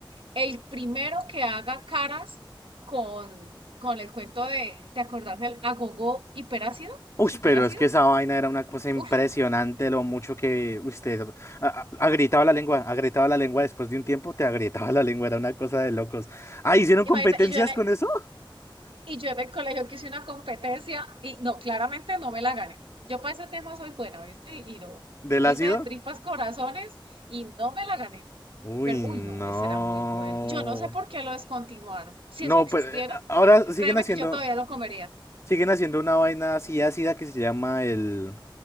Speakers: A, on the right; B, on the left.
A: El primero que haga caras con, con el cuento de, ¿te acordás del agogó hiperácido?
B: Uy,
A: ¿Superácido?
B: pero es que esa vaina era una cosa impresionante,
A: Uf,
B: lo mucho que usted a- a- agrietaba la lengua, agrietaba la lengua después de un tiempo, te agrietaba la lengua, era una cosa de locos. Ah, ¿hicieron
A: imagínate,
B: competencias
A: y yo,
B: con eso?
A: Y yo en el colegio que hice una competencia y no, claramente no me la gané. Yo para ese tema soy buena, ¿viste? Y no,
B: ¿Del
A: hice
B: ácido?
A: de tripas corazones y no me la gané.
B: Uy,
A: Pero, uy,
B: no.
A: no, ese era muy bueno. Yo no sé por qué lo descontinuaron. Si
B: No,
A: eso existiera,
B: pero eh, a- ahora siguen
A: créeme
B: haciendo,
A: que yo todavía lo comería.
B: siguen haciendo una vaina así ácida que se llama el,